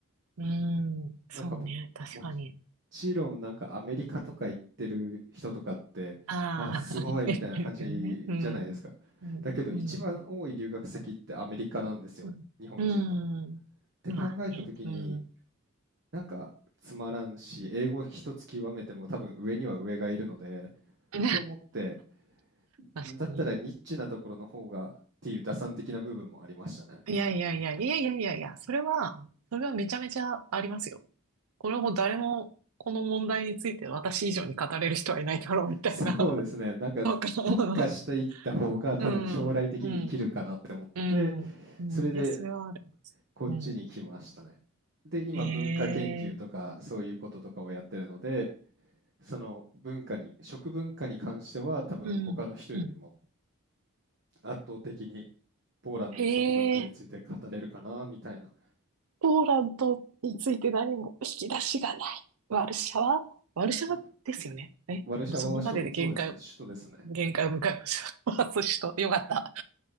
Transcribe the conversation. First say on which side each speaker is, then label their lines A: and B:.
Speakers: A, on the right; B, on the right.
A: うん、うんうんそうね、
B: なんかも、
A: 確かに。
B: もちろんなんかアメリカとか行ってる人とかって、
A: ああ、
B: あ、すごいみたいな感じじゃないですか。
A: <laughs> ですよね。うん、うん、
B: だけど一番多い留学先ってアメリカなんですよ。
A: うん、うん、
B: 日本人の。
A: うん、
B: って考えた時に、
A: まあね、うん。
B: なんかつまらんし、英語一つ極めても多分上には上がいるので、
A: <laughs>
B: って思って、
A: 確かに。
B: だったらニッチなところの方がっていう打算的な部分もありましたね。
A: いやいやいや、いやいやいやいや、それは、それはめちゃめちゃありますよ。これも誰も、この問題について私以上に語れる人はいないだろうみたいな
B: そうですね。なんか特化していった方が多分将来的に生きるかなって思って、
A: そうか。<laughs> うん。うん。うん。うん。
B: それで
A: いや、それはある。
B: こっちに来ましたね。
A: うん。
B: で、今文化研究とかそういうこととかをやってるので、
A: へえ。
B: その文化に、食文化に関しては多分他の人よりも
A: うん。うん。
B: 圧倒的にポーランドの食文化について語れるかなみたいな。
A: へえ。ポーランドについて何も引き出しがない。ワルシャワワルシャワですよね。
B: う
A: え、
B: ワルシャワはそうそうですね、
A: もうそこまでで限界を、
B: 首都ですね。
A: 限界を迎えました。<laughs> 私と、よかった。